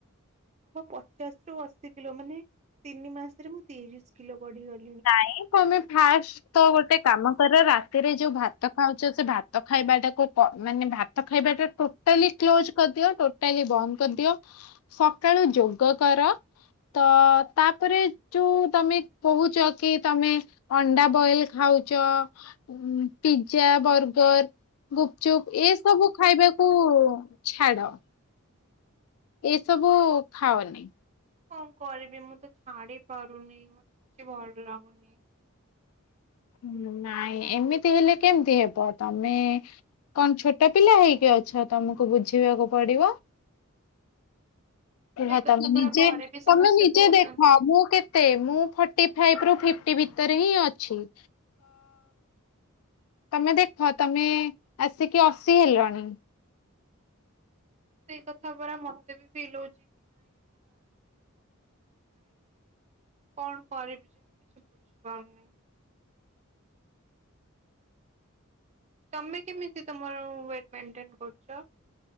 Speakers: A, on the right; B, on the left.
A: ହଁ ପଚାଶ ରୁ ଅଶି କିଲୋ ମାନେ ତିନି ମାସରେ ମୁଁ ତିରିଶ କିଲୋ ବଢିଗ
B: ନାଇଁ ତମେ ଫାର୍ଷ୍ଟ ତ ଗୋଟେ କାମ କର ରାତିରେ ଯୋଉ ଭାତ ଖାଉ ଭାତ ଖାଇବାଟାକୁ ପ ମାନେ ଭାତ ଖାଇବାଟା ଟୋଟାଲି କ୍ଲୋଜ କରିଦିଅ ଟୋ ଟୋଟାଲି ବନ୍ଦ କରିଦିଅ ସକାଳୁ ଯୋଗ କର। ତ ତାପରେ ଯୋଉ ତମେ କହୁଛ କି ତମେ ଅଣ୍ଡା ବଏଲ ଖାଉଛ ଉଁ ପିଜା ବର୍ଗର। ଗୁପଚୁପ୍ ଏସବୁ ଖାଇବାକୁ ଛାଡ। ଏସବୁ ଖାଅନି।
A: କଣ କରିବି ମୁଁ ତ ଛାଡି ପାରୁନି ମତେ କିଛି ଭଲ ଲାଗୁନି।
B: ଉଁ ନାଇଁ ଏମିତି ହେଲେ କେମିତି ହେବ ତମେ। କଣ ଛୋଟ ପିଲା ହେଇକି ଅଛ ତମକୁ ବୁଝିବାକୁ ପଡିବ। ଏହା
A: ସେଇ କଥା
B: ତମେ ନିଜେ
A: ପରା ଘରେ ବି ସମସ୍ତେ
B: ତମେ ନିଜେ
A: କହୁଛନ୍ତି।
B: ଦେଖ ମୁଁ କେ ମତେ ମୁଁ ଫର୍ଟି ଫାଇଭ ରୁ। ତମେ ଦେଖ ତମେ ଆସିକି ଅସି ହେଲଣି।
A: ସେଇ କଥା ପା ମତେ ବି ଫିଲ୍ ହଉ କଣ କରିବି ଯେ ମୁଁ କିଛି ବୁଝି ପାରୁନି। ତମେ କେମିତି ତମର ୱେଟ ମେଣ୍ଟେନ କରୁଛ।